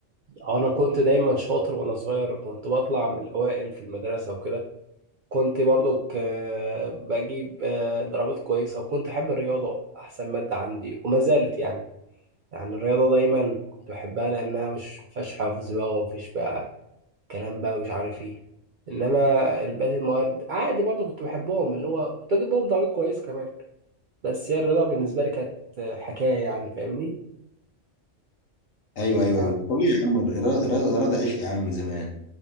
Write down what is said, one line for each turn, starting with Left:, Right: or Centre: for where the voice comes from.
Right: انا كنت دايما شاطر وانا صغير كنت بطلع من الاوائل في المدرسه وكده كنت برضو بجيب آه، درجات كويسة وكنت أحب الرياضة أحسن مادة عندي وما زالت يعني يعني الرياضة دايما كنت بحبها لأنها مش مفيهاش حفظ بقى ومفيش بقى كلام بقى مش عارف ايه إنما الباقي المواد عادي برضو كنت بحبهم اللي هو كنت أجيب بهم درجات كويسة كمان بس هي الرياضة بالنسبة لي كانت حكاية يعني فاهمني
Left: ايوه ايوه
Right: آه.
Left: ايوه طبيعي يا عم الرياضه الرياضة- الرياضة عشق يا عم من زمان